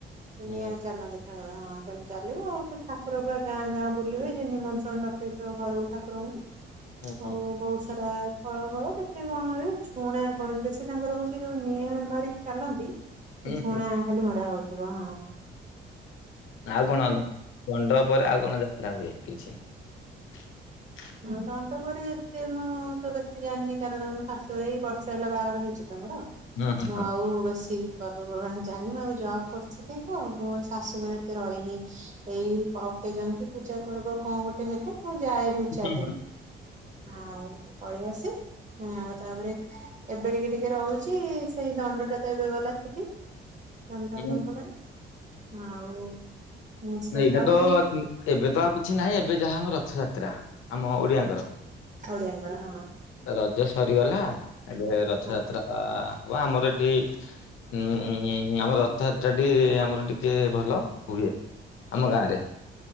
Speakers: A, on the left; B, on the right.
A: ହୁଁ
B: ନିଆଁ ରେ ଚାଲନ୍ତି। ହଁ ହଁ ସେମତି ଚାଲିବ ଆଉ ସେ ଠାକୁର ପୁରା ଗାଁ ଗାଁ ବୁଲିବେ ଯିଏ ନିମନ୍ତ୍ରଣ ଡକେଇଥିବ ଘର କୁ <unintelligible> ଆଉ
A: ହୁଁ ହୁଁ।
B: ବହୁତ ସାର ଫଳ ଫଳ କେତେ କଣ ହୁଏ ଛୁଣା କଣ ବେଶୀ ତାଙ୍କର ହଉଛି ଯୋଉ ନିଆଁ ଧରିକି ଚାଲନ୍ତି। ସେ
A: ହୁଁ
B: ଝୁଣା
A: ହୁଁ
B: ଖାଲି ମରା ହଉଚି। <unintelligible>
A: ଆଉ କଣ ଦଣ୍ଡ ପରେ ଆଉ କଣ ଯାତ୍ରା ହୁଏ। କିଛି <unintelligible>
B: ହଁ ଦଣ୍ଡ ପରି ଏତେ ମୁଁ ତ ବେଶୀ ଜାଣିନି କାରଣ ମୋ ଶାଶୁଘରେ ଏଇ ବର୍ଷେ ହେଲା ବାହାଘର ହେଇଛି। ତମର
A: ହୁଁ ହୁଁ
B: ମୁଁ
A: ହୁଁ।
B: ଆଉ ବେଶୀ ପର୍ବପର୍ବାଣୀ ଜାନି ଭାଉଜ <unintelligible> ହଁ ମୁଁ ଶାଶୁଘରେ ଏତେ ରହିନି ଏଇ ଅକେଜନ ପୂଜା ପର୍ବ କଣ ଗୋଟେ ହେବେ ମୁଁ ଯାଏ। ଛାଦ
A: ହୁଁ ହୁଁ
B: ଆଉ ପଳେଇଆସୁ ଆଉ ତାପରେ ଏବେ ଟିକେ ଟିକେ ରହୁଛି ସେଇ ଦଣ୍ଡ ଟା ତ ଏବେ ଗଲା ଥିଲି। ରାମ ଠାକୁରଙ୍କ
A: ହୁଁ ହୁଁ।
B: ପାଇଁ ହଁ ଆଉ <inaudible> ସେ
A: ଏଇଟା
B: ଆଉ
A: ତ ଏବେ ତ ଆଉ କିଛି ନାହିଁ ଏବେ ଯାହା ଆମର ରଥଯାତ୍ରା। ତ୍ରା ଆମ ଓଡିଆଙ୍କର
B: ଖଡିଆଁଙ୍କର ହଁ
A: ରଜ ସରିଗଲା ଏବେ ରଥଯାତ୍ରା
B: ହଁ
A: ଆ ହବ ଆମର ଏଠି ଉଁ ଆମ ରଥଯାତ୍ରାଟି ଆମର ଟିକେ ଭଲ ହୁଏ। ଆମ ଗାଁରେ।